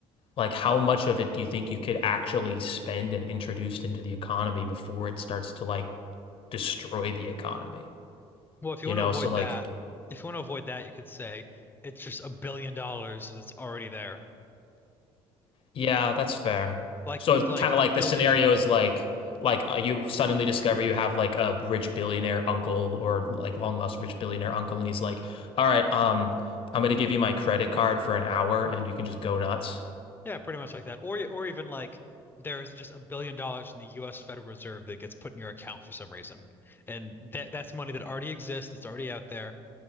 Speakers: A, on the left; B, on the left.
A: like how much of it do you think you could actually spend and introduced into the economy before it starts to like destroy the economy,
B: Well, if you
A: you
B: want
A: know?
B: to avoid
A: So like,
B: that, if you want to avoid that, you could say it's just a billion dollars that's already there.
A: yeah, that's fair.
B: Like
A: So
B: you-
A: kind
B: like
A: of
B: a
A: like
B: billion
A: the scenario is like like uh, you suddenly discover you have like a rich billionaire uncle or like long lost rich billionaire uncle and he's like, "All right, um I'm gonna give you my credit card for an hour and you can just go nuts."
B: Yeah, pretty much like that. Or y- or even like there's just a billion dollars in the US Federal Reserve that gets put in your account for some reason. And that that's money that already exists, that's already out there,